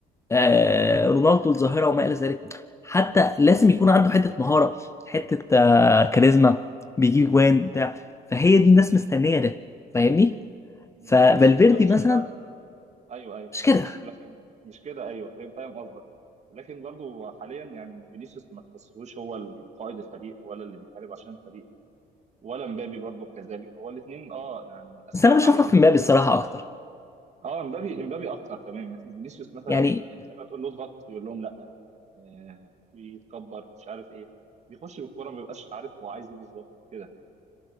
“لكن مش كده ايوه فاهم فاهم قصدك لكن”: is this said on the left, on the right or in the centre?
Right